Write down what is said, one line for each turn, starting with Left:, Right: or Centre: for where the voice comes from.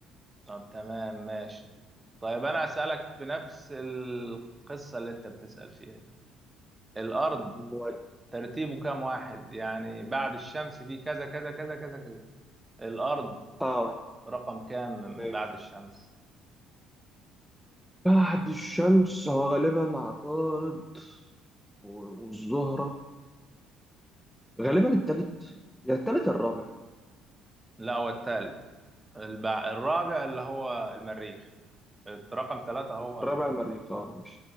Right: طب تمام ماشي طيب انا اسالك في نفس القصة اللي انت بتسأل فيها دي الارض
Centre: مواجه.
Right: ترتيبه كام واحد يعني بعد الشمس في كذا كذا كذا كذا كذا الأرض
Centre: اه
Right: رقم كام من
Centre: ماشي
Right: بعد الشمس
Centre: بعد الشمس هو غالبا عطارد و- والزهرة غالبا التالت يا التالت يا الرابع
Right: لا هو الثالث البع... الرابع اللي هو المريخ رقم ثلاثة هو
Centre: الرابع
Right: ال-
Centre: المريخ اه ماشي